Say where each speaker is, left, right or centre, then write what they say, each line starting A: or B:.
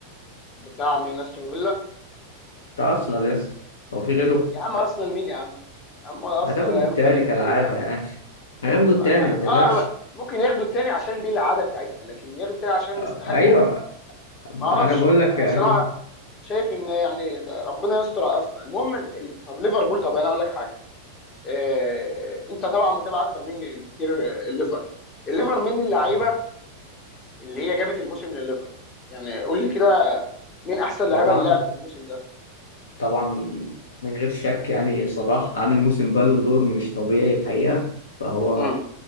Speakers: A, on the left; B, on the left.
A: بتاع مين استون فيلا
B: بتاع أرسنال يا اسطى هو في غيره؟
A: يا عم ارسنال مين يا عم يا عم ولا ارسنال
B: هتاخد
A: ولا
B: التاني
A: هياخده ولا هيتنقله
B: كالعادة
A: يا عم
B: يعني هياخدوا التاني
A: اه
B: ما تقلقش
A: آه، ممكن ياخدوا التاني عشان دي العاده بتاعتنا لكن ياخدوا التاني عشان
B: آه،
A: نستحقه
B: أيوه أنا
A: ما اعرفش
B: بقول لك
A: انا
B: آه.
A: بصراحه شايف ان يعني ربنا يستر على ارسنال المهم ال- طب ليفربول طب انا اقول لك حاجه آه انت طبعا متابع اكتر مني بكتير آه، الليفر الليفر مين اللعيبه
B: آه.
A: اللي هي جابت الموسم لليفر يعني قول لي كده مين احسن لعيبه
B: طبعا
A: اللي لعبت الموسم ده
B: طبعا من غير شك يعني صلاح عامل موسم بالون دور مش طبيعي الحقيقة فهو
A: امم